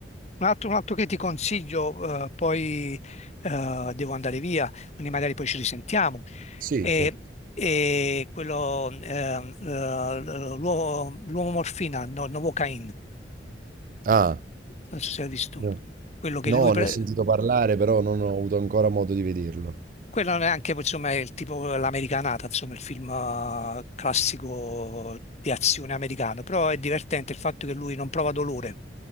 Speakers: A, on the left; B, on the right.
A: Un altro, un altro che ti consiglio, eh, poi eh, devo andare via, quindi magari poi ci risentiamo.
B: Sì,
A: È,
B: certo.
A: è quello, ehm, eh, l'uomo l'uomo morfina, no, Novocaine,
B: Ah,
A: non so se hai visto,
B: no,
A: quello che
B: No,
A: lui
B: ne
A: pre-
B: ho sentito parlare, però non ho avuto ancora modo di vederlo.
A: Quello non è anche, insomma, è il tipo l'americanata, insomma, il film eh, classico di azione americano, però è divertente il fatto che lui non prova dolore,